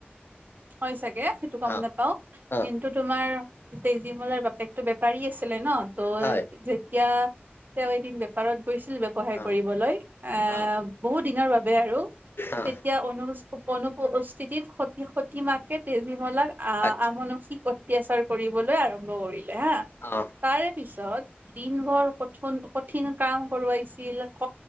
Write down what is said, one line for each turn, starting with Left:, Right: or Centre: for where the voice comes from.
Right: হয়, চাগে সেইটো গ'ম
Left: অ
Right: নাপাও।
Left: অ
Right: কিন্তু তোমাৰ, তেজীমলাৰ বাপেকতটো বেপাৰী আছিলে ন, ত
Left: হয়
Right: এতিয়া, তেওঁ এদিন বেপাৰত গৈছিল সহায়
Left: অ
Right: কৰিবলৈ, এ,
Left: অ
Right: বহু দিনৰ বাবে আৰু
Left: অ
Right: তেতিয়া অনু, অনুপস্থিতিত, সতি, সতি মাকে তেজীমলাক আহ,
Left: আচ্ছা
Right: আমনসি ক অতাচাৰ কৰিবলৈ আৰম্ভ কৰিলে হা,
Left: অ
Right: তাৰে পিছত দিনভৰ কথোন কঠিন কাম কৰোৱাইছিল, ক,